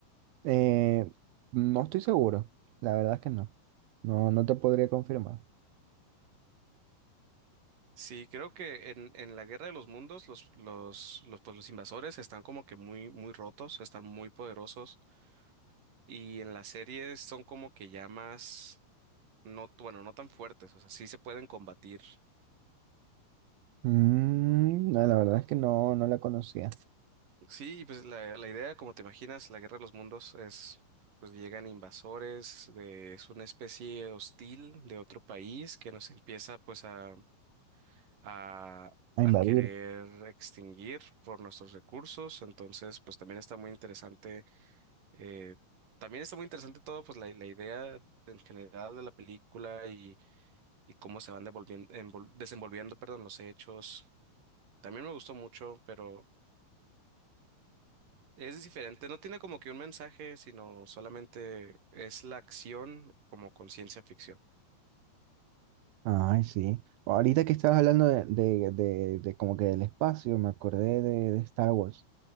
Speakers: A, on the right; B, on the right.
A: Eh, no estoy seguro. La verdad es que no. No, no te podría confirmar.
B: Sí, creo que en, en la Guerra de los Mundos los, los, los, pues, los invasores están como que muy, muy rotos, están muy poderosos y en las series son como que ya más, no, bueno, no tan fuertes, o sea, sí se pueden combatir.
A: Mm, no, la verdad es que no, no la conocía.
B: Sí, y pues la, la idea, como te imaginas, la Guerra de los Mundos es, pues llegan invasores, de, es una especie hostil de otro país que nos empieza pues a a,
A: A
B: a
A: invadir.
B: querer extinguir por nuestros recursos. Entonces, pues también está muy interesante, eh, también está muy interesante todo, pues la, la idea en general de la película y, y cómo se van devolviendo, envol- desenvolviendo, perdón, los hechos. También me gustó mucho, pero es diferente. No tiene como que un mensaje, sino solamente es la acción como con ciencia ficción.
A: Ay, sí. Ahorita que estabas hablando de, de, de- de como que del espacio, me acordé de, de Star Wars.